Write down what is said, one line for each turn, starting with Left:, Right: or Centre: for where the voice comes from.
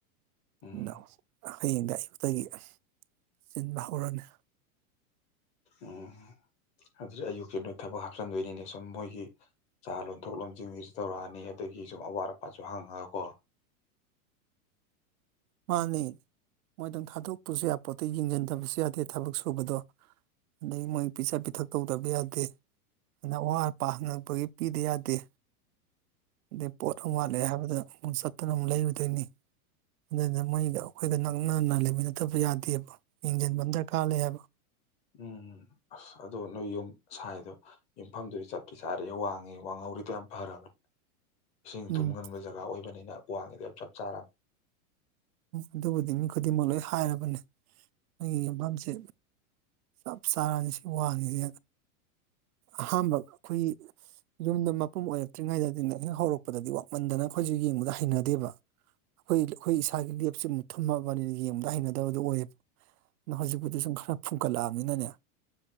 Left: ꯎꯝ
Right: <unintelligible> ꯍꯌꯦꯡꯗ ꯑꯌꯨꯛꯇꯒꯤ ꯆꯤꯟꯕ ꯍꯧꯔꯅꯤ
Left: ꯎꯝ ꯑꯗꯨꯗꯤ ꯑꯌꯨꯛꯁ ꯅꯣꯏ ꯊꯕꯛ ꯍꯥꯞꯆꯤꯟꯗꯣꯏꯅꯤꯅꯦ ꯁꯨꯝ ꯃꯣꯏꯒꯤ ꯆꯥ ꯂꯣꯟꯊꯣꯛ ꯂꯣꯟꯁꯤꯡꯁꯨ ꯇꯧꯔꯛꯑꯅꯤ ꯑꯗꯒꯤ ꯁꯨꯝ ꯑꯋꯥꯠ ꯑꯄꯥꯁꯨ ꯍꯪꯉꯒꯀꯣ
Right: ꯃꯥꯅꯦ ꯃꯣꯏꯗꯪ ꯊꯥꯗꯣꯛꯄꯁꯨ ꯌꯥ ꯄꯣꯠꯇꯩ ꯌꯦꯡꯁꯤꯟꯗꯕꯁꯨ ꯌꯥꯗꯦ ꯊꯕꯛ ꯁꯨꯕꯗꯣ ꯑꯩ ꯃꯣꯏ ꯄꯤꯖ ꯄꯤꯊꯛ ꯇꯧꯗꯕ ꯌꯥꯗꯦ ꯑꯗꯨꯅ ꯑꯋꯥꯠ ꯑꯄꯥ ꯍꯪꯉꯛꯄꯒꯤ ꯄꯤꯗ ꯌꯥꯗꯦ ꯑꯗꯩ ꯄꯣꯠ ꯑꯃ ꯋꯥꯠꯂꯦ ꯍꯥꯏꯕꯗ ꯑꯃꯨꯛ ꯆꯠꯇꯅ ꯑꯃꯨꯛ ꯂꯩꯔꯨꯗꯣꯏꯅꯤ ꯑꯗꯨꯅ ꯃꯣꯏꯒ ꯑꯩꯈꯣꯏꯒ ꯅꯛꯅꯅ ꯂꯩꯃꯤꯟꯅꯗꯕ ꯌꯥꯗꯦꯕ ꯌꯦꯡꯁꯤꯟꯕ ꯑꯃ ꯗꯔꯀꯥꯔ ꯂꯩ ꯍꯥꯏꯕ
Left: ꯎꯝ ꯑꯁ ꯑꯗꯨꯗꯣ ꯅꯣꯏ ꯌꯨꯝ ꯁꯥꯏꯗꯣ ꯌꯨꯝꯐꯝꯗꯨꯗꯤ ꯆꯞꯇꯤ ꯆꯥꯔꯦ ꯋꯥꯡꯉꯦ ꯋꯥꯡꯍꯧꯔꯤꯗꯣ ꯌꯥꯝ ꯐꯔꯕꯅꯦ ꯏꯁꯤꯡ
Right: ꯎꯝ
Left: ꯊꯨꯝꯒꯟꯕ ꯖꯒꯥ ꯑꯣꯏꯕꯅꯤꯅ ꯋꯥ ꯋꯥꯉꯗꯔ ꯆꯞ ꯆꯔ
Right: ꯑꯗꯨꯕꯨꯗꯤ ꯃꯤ ꯈꯨꯗꯤꯡꯃꯛ ꯂꯣꯏ ꯍꯥꯏꯔꯕꯅꯦ ꯅꯣꯏꯒꯤ ꯌꯨꯝꯐꯝꯁꯦ ꯆꯞ ꯆꯥꯔꯅꯤ ꯁꯤ ꯋꯥꯉꯁꯤ ꯑꯍꯥꯟꯕ ꯑꯩꯈꯣꯏꯒꯤ ꯌꯨꯝꯗ ꯃꯄꯨꯝ ꯑꯣꯏꯔꯛꯇ꯭ꯔꯤꯉꯩꯗ ꯍꯦꯛ ꯍꯧꯔꯛꯄꯗꯗꯤ ꯋꯥꯋꯃꯟꯗꯅ ꯑꯩꯈꯣꯏꯁꯨ ꯌꯦꯡꯕꯗ ꯍꯩꯅꯗꯦꯕ ꯑꯩꯈꯣꯏ ꯑꯩꯈꯣꯏ ꯏꯁꯁꯥꯒꯤ ꯂꯦꯞꯁ ꯑꯃꯨꯛ ꯊꯨꯝꯃꯛꯑꯕꯅꯤꯅ ꯌꯦꯡꯕꯗ ꯍꯩꯅꯗꯕꯗꯨ ꯑꯣꯏꯌꯦꯕ ꯑꯗꯨ ꯍꯧꯖꯤꯛꯄꯨꯗꯤ ꯁꯨꯝ ꯈꯔ ꯐꯨꯝꯒꯠꯂꯛꯑꯕꯅꯤꯅꯅꯦ